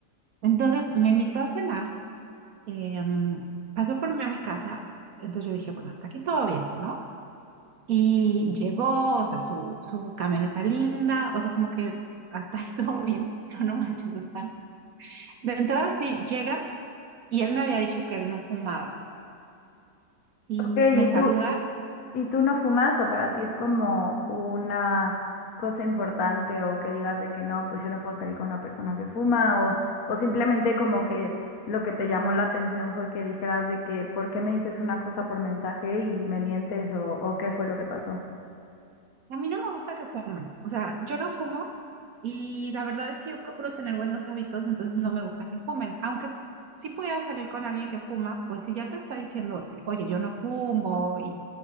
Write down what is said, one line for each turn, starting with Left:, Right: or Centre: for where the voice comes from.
Right: Entonces me invitó a cenar, eh, pasó por mí a mi casa, entonces yo dije, bueno, hasta aquí todo bien, ¿no? Y llegó, o sea, su, su camioneta linda, o sea, como que hasta ahí <laughs> todo bien, pero no manches, o sea, de entrada sí llega y él me había dicho que él no fumaba y
Left: Ok, ¿y
Right: me
Left: tú,
Right: saluda.
Left: y tú no fumas o para ti es como una cosa importante o que digas de que no, pues yo no puedo salir con una persona que fuma o, o simplemente como que lo que te llamó la atención fue que dijeras de que ¿por qué me dices una cosa por mensaje y me mientes o, o qué fue lo que pasó?
Right: A mí no me gusta que fumen. O sea, yo no fumo y la verdad es que yo procuro tener buenos hábitos, entonces no me gusta que fumen. Aunque sí pueda salir con alguien que fuma, pues si ya te está diciendo, oye, yo no fumo y